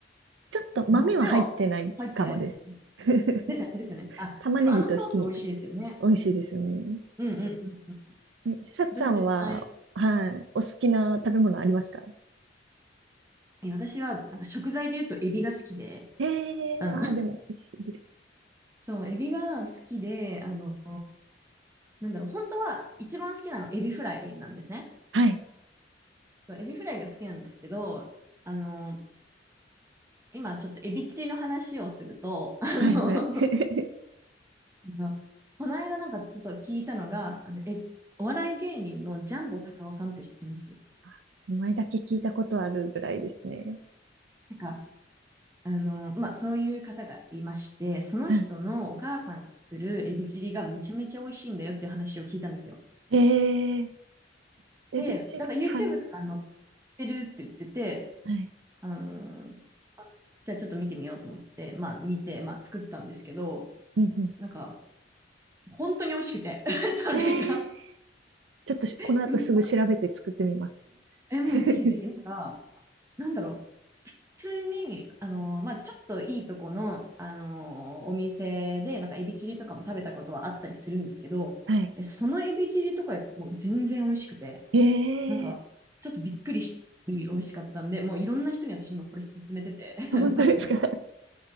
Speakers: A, on the right; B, on the right.
A: ちょっと豆は入ってないかもです。
B: 豆は入ってない。
A: <laughs>
B: ですよね、ですよね。あ、
A: 玉ねぎとひき肉。
B: でもあのソース美味しいですよね。
A: 美味しいですよね。
B: うんうんうんうん。
A: ね、ちささんは、
B: 私絶対、
A: はい、
B: うん
A: お好きな食べ物ありますか
B: え私はなんか食材で言うとエビが好きで、
A: ええーああー、
B: あの、
A: でも美味しいです。
B: <laughs> そう、エビが好きで、あの、なんだろう、本当は一番好きなのはエビフライなんですね。
A: はい、
B: そう、エビフライが好きなんですけど、あの、今ちょっとエビチリの話をすると、あの
A: はい、はい。
B: <laughs>、この間なんかちょっと聞いたのが、あの、え、お笑い芸人のジャンボたかおさんって知ってます
A: <laughs> 名前だけ聞いたことあるぐらいですね。
B: なんか、あの、まあ、そういう方がいまして、その人のお母さんが作るエビチリがめちゃめちゃ美味しいんだよっていう話を聞いたんですよ。
A: うんええーエビチリ、
B: で、だから YouTube
A: はい。
B: とか載ってるって言ってて、
A: はい。
B: あの、じゃあちょっと見てみようと思って、まあ見て、まあ作ったんですけど、
A: うんう
B: なんか本当に美味しくて <laughs>、それが
A: ん。ええーちょっとしこの後すぐ調べて作ってみます。
B: <laughs>。え、もうぜひぜひ、
A: <laughs>
B: なんか、なんだろう。普通に、あのまあ、ちょっといいとこの、あのお店で、なんかエビチリとかも食べたことはあったりするんですけど、
A: はい。
B: えそのエビチリとかよりも全然美味しくて、
A: ええ
B: なんか、ちょっとびっくりして美味しかったんで、もういろんな人に私今これ勧めてて <laughs>、
A: ー本当ですか